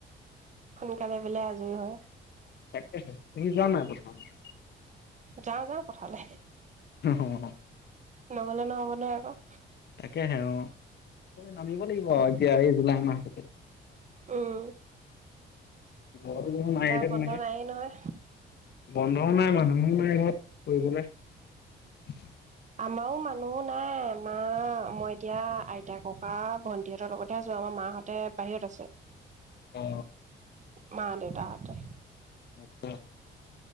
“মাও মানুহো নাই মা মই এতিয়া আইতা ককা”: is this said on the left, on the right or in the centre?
Right